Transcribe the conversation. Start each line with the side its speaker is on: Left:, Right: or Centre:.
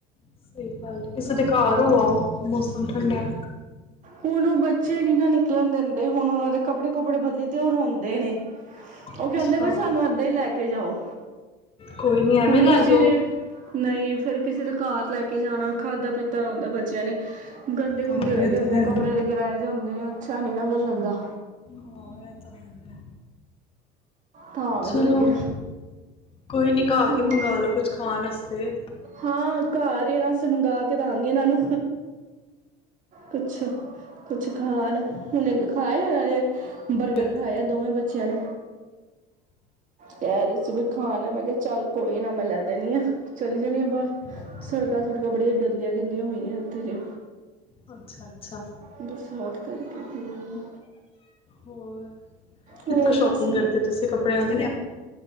Left: ਸਤਿ ਸ਼੍ਰੀ ਅਕਾਲ ਜੀ ਕਿਸੇ ਦੇ ਘਰ
Right: ਤਾਂ
Left: ਹੋ <inaudible> ਹੁਣ ਠੰਡਾ।
Right: ਹੁਣ ਉਹ ਬੱਚੇ ਨੀ ਨਾ ਨਿਕਲਣ ਦਿੰਦੇ ਹੁਣ ਉਹਨਾਂ ਦੇ ਕੱਪੜੇ-ਕੁੱਪੜੇ ਬਦਲਣੇ ਤੇ ਉਹ ਰੋਂਦੇ ਨੇ ਉਹ
Left: ਅੱਛਾ,
Right: ਕਹਿੰਦੇ ਬਈ ਸਾਨੂੰ ਏਦਾਂ ਹੀ ਲੈ ਕੇ ਜਾਓ।
Left: ਕੋਈ ਨੀ ਐਵੇਂ
Right: ਹੁਣ
Left: ਲੈ
Right: ਕਿਸੇ
Left: ਜਾਓ।
Right: ਦੇ, ਦੇ ਨਹੀਂ ਫੇਰ ਕਿਸੇ ਦੇ ਘਰ ਲੈ ਕੇ ਜਾਣਾ ਖਾਧਾ-ਪੀਤਾ ਰਹਿੰਦਾ ਬੱਚਿਆਂ ਨੇ। ਗੰਦੇ-ਗੁੰਦੇ
Left: ਹਾਂ
Right: ਹੋਏ
Left: ਇਹ
Right: ਦੇ ਹੁੰਦੇ
Left: ਤਾਂ ਹੈ।
Right: ਕਪੜਿਆਂ ਦੇ ਗਿਰਾਏ ਦੇ ਹੁੰਦੇ ਨੇ। ਅੱਛਾ ਨੀ ਨਾ ਫੇਰ ਲੱਗਦਾ।
Left: ਹਾਂ ਇਹ ਤਾਂ ਹੈ।
Right: ਤਾਂ
Left: ਚਲੋ,
Right: ਕਰਕੇ
Left: ਕੋਈ ਨੀ ਘਰ
Right: ਹੋਰ
Left: ਹੀ ਮੰਗਾ ਲਓ ਕੁਛ ਖਾਣ ਆਸਤੇ।
Right: ਹਾਂ ਘਰ ਇਹ ਨਾ ਅਸੀਂ ਮੰਗਵਾ ਕੇ ਦਾਂਗੇ ਇਹਨਾਂ ਨੂੰ। ਕੁਛ, ਕੁਛ ਖਾਣ ਹੁਣ ਖਾਏ ਆਏ। ਬਰਗਰ
Left: ਕਰਦੇ
Right: ਖਾਇਆ
Left: ਪਏ
Right: ਦੋਵੇਂ ਬੱਚਿਆਂ ਨੇ। ਕਹਿ ਰਹੀ ਸੀ ਵੀ ਖਾਣਾ ਮੈਂ ਕਿਹਾ ਚੱਲ ਕੋਈ ਨਾ ਮੈਂ ਲੈ ਦਿੰਨੀ ਆ, ਚਲੀ ਜਾਣੀ ਆ ਬਾਹਰ।
Left: ਅੱਛਾ,
Right: ਸੜਕਾਂ-ਸੁੜਕਾਂ ਬੜੀਆਂ ਗੰਦੀਆਂ-ਗੰਦੀਆਂ ਹੋਈਆਂ ਇਥੇ ਜੇ,
Left: ਅੱਛਾ, ਅੱਛਾ
Right: ਬਰਸਾਤ ਕਰਕੇ ਹੂੰ।
Left: ਹੋਰ,
Right: ਹੋਰ
Left: ਕਿੱਥੋਂ ਸ਼ੋਪਿੰਗ
Right: ਬਸ
Left: ਕਰਦੇ ਤੁਸੀਂ ਕੱਪ ੜਿਆਂ ਦੀ?